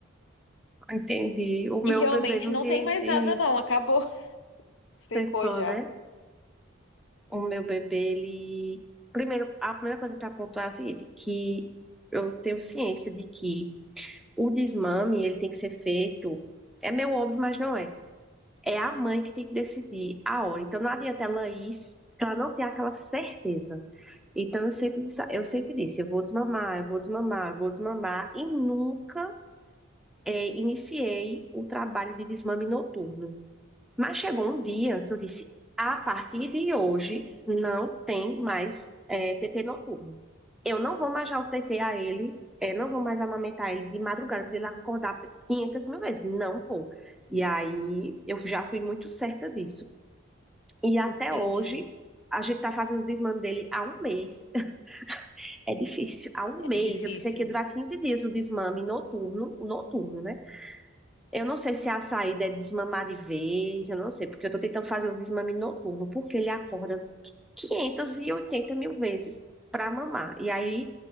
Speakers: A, in the centre; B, on the left (about 65°).
A: entendi. O meu
B: E realmente
A: bebê não
B: não
A: tem
B: tem mais
A: esse,
B: nada, não, acabou, <laughs> secou
A: esse
B: já.
A: né? O meu bebê, ele. Primeiro, a primeira coisa para pontuar é o seguinte, que eu tenho ciência de que o desmame, ele tem que ser feito. É meio óbvio, mas não é. É a mãe que tem que decidir a hora. Então, não adianta ela ir se ela não ter aquela certeza. Então, eu sempre, disse- eu sempre disse, eu vou desmamar, eu vou desmamar, eu vou desmamar. E nunca eh, iniciei o trabalho de desmame noturno. Mas chegou um dia que eu disse: a partir de hoje não tem mais é, TT noturno. Eu não vou mais dar o TT a ele, é, não vou mais amamentar ele de madrugada para ele acordar 500 mil vezes. Não vou. E aí eu já fui muito certa disso. E até
B: Entendi.
A: hoje a gente está fazendo o desmame dele há um mês. <laughs> É difícil. Há um mês.
B: É difícil.
A: Eu pensei que ia durar 15 dias o desmame noturno, o noturno, né? Eu não sei se a saída é desmamar de vez, eu não sei, porque eu tô tentando fazer o desmame noturno, porque ele acorda 580 mil vezes pra mamar. E aí